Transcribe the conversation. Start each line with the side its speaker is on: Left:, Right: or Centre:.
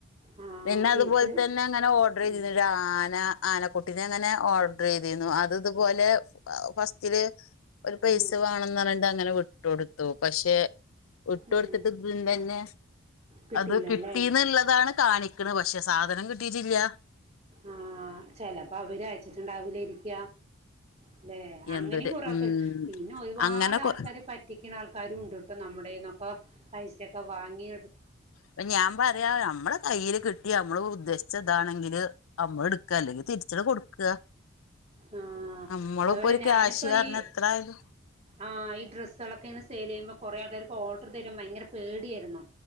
Right: ആ
Left: പിന്നെ
Right: തിരിച്ച്
Left: അതുപോലെ തന്നെ അങ്ങനെ ഓർഡർ ചെയ്തതാ
Right: ഉം,
Left: ഒരു ആന ആനക്കുട്ടിനെ അങ്ങനെ ഓർഡർ ചെയ്തിരുന്നു അത് ഇതുപോലെ ഫസ്റ്റില് ഒരു പൈസ
Right: ഉം,
Left: വേണംന്ന് പറഞാണ്ട് അങ്ങനെ വിട്ടുടുത്തു പക്ഷെ വിട്ട്
Right: ഉം.
Left: കൊടുത്തിട്ട് തന്നെ
Right: കിട്ടിയില്ല
Left: അത് കിട്ടീന്നള്ളതാണ്
Right: അല്ലേ
Left: കാണിക്കണ പക്ഷെ സാധനം കിട്ടിട്ടില്ല
Right: ആഹ് ചിലപ്പോ അവര് അയച്ചിട്ടുണ്ടാവൂല്ലായിരിക്ക അല്ലെ അങ്ങനെയ
Left: എന്തൊരു
Right: കുറേ
Left: ഉം
Right: ആൾക്കാർ പിന്നെ ഒരുപാട്
Left: അങ്ങനെ കൊ
Right: ആൾക്കാരെ പറ്റ ക്കുന്ന ആൾക്കാരും ഉണ്ട് ട്ടോ നമ്മുടെന്നൊക്കെ പൈസയൊക്കെ വാങ്ങി
Left: അപ്പ ഞാൻ പറയാ നമ്മടെ കയ്യിയില് കി ട്ടി നമ്മള് ഉദ്ദേശിച്ച താണെങ്കില് നമ്മള് എടുക്കുക അല്ലെങ്കിൽ തിരിച്ചണ്ട് കൊടുക്ക
Right: ആഹ
Left: നമ്മളിപ്പോ
Right: അതുപോലെ
Left: ഒരു
Right: ഞാനിപ്പോ
Left: ക്യാഷ് കാരണം
Right: ഈ
Left: എത്ര ആയാലും
Right: ആഹ് ഈ ഡ്രസ്സുകളൊക്കെ ഇങ്ങനെ സെയിൽ ചെയ്യുമ്പോ കൊറേ ആൾക്കാർക്ക് ഓർഡർ തരു ഭയങ്കര പേടിയായിരുന്നു.